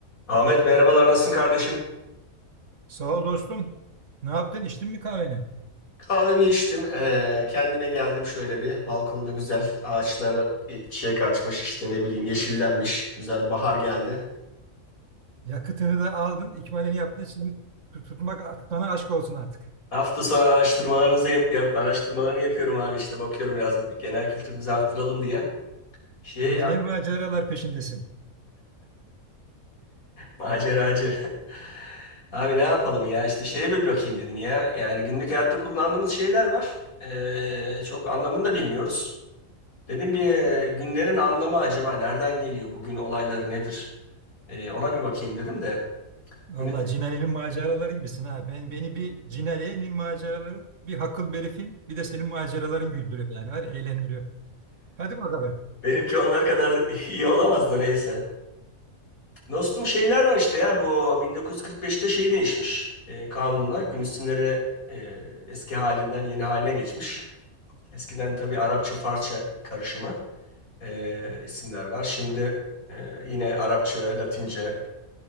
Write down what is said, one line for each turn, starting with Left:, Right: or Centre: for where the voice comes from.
Left: Ahmet merhabalar nasılsın kardeşim?
Right: Sağ ol dostum. Ne yaptın? İçtin mi kahveni?
Left: Kahvemi içtim. eee, kendime geldim şöyle bir. Balkonda güzel ağaçlara çiçek açmış işte ne bileyim yeşillenmiş. Güzel bahar geldi.
Right: Yakıtını da aldın, ikmalini yaptın. Şimdi tut- tutmak tutana aşk olsun artık.
Left: Hafta sonu araştırmalarınızı yap, yap- araştırmalarını yapıyorum abi işte bakıyorum biraz genel kültürümüzü arttıralım diye. Şey
Right: Yine ne maceralar peşindesin.
Left: maceracı. <laughs> Abi ne yapalım ya işte şeye bir bakayım dedim ya. Yani günlük hayatta kullandığımız şeyler var. Eee, çok anlamını da bilmiyoruz. Dedim bir e, günlerin anlamı acaba nereden geliyor? Bugün olayları nedir? E, ona bir bakayım dedim de.
Right: Vallahi
Left: Gün-
Right: Cinali'nin maceraları gibisin ha. Ben beni bir Cinali'nin maceraları, bir Hakıl Berif'in, bir de senin maceraların güldürüyor yani. Hadi eğlendiriyor. Hadi bakalım.
Left: <laughs> Benimki onlar kadar <laughs> iyi olamaz da neyse. Dostum şeyler var işte ya bu 1945'te şey değişmiş e, kanunla. Gün isimleri e, eski halinden yeni haline geçmiş. Eskiden tabii Arapça Farsça karışımı e, isimler var. Şimdi e, yine Arapça, Latince